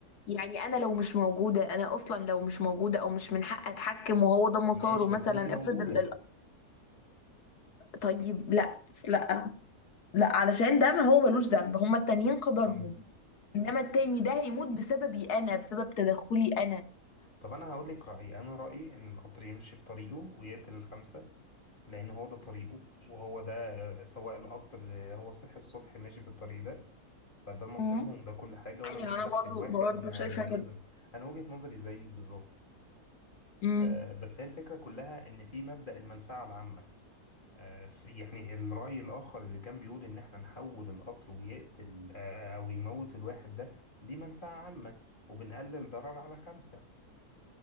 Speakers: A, on the left; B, on the left.
A: يعني انا لو مش موجوده انا اصلا لو مش موجوده او مش من حق اتحكم وهو ده مساره
B: ماشي
A: مثلا
B: بس انت موجودة
A: افرض ال... ال- طيب لا لا لا علشان ده ما هو ملوش ذنب هما التانيين قدرهم
B: مم.
A: انما التاني ده هيموت بسببي انا بسبب تدخلي انا
B: طب انا هقول لك رأيي انا رأيي ان القطر يمشي في طريقه ويقتل الخمسة لان هو ده طريقه وهو ده آه، سواق القطر آه، هو صحي الصبح ماشي في الطريق ده فده نصيبهم
A: امم
B: وده كل حاجة وانا
A: ايوه
B: مش
A: انا
B: هضحي
A: برضو
B: بواحد
A: برضو
B: ما,
A: شايفه
B: ما لزم
A: كده
B: انا وجهة نظري زيك بالظبط
A: امم
B: آه، بس هي الفكرة كلها ان في مبدأ المنفعة العامة آه، في- يعني الرأي الآخر اللي كان بيقول إن إحنا نحول القطر ويقتل آه، أو يموت الواحد ده دي منفعة عامة وبنقلل ضرر على خمسة